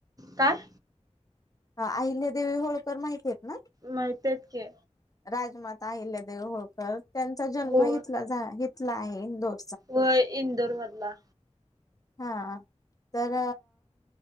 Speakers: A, on the right; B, on the left.
A: काय?
B: हा अहिल्यादेवी होळकर माहिती येत ना?
A: माहिती येत की.
B: राजमाता अहिल्यादेवी होळकर त्यांचा जन्म
A: हो
B: हिथला झा हिथला आहे इंदोर.
A: व्हय इंदूर मधला
B: हा तर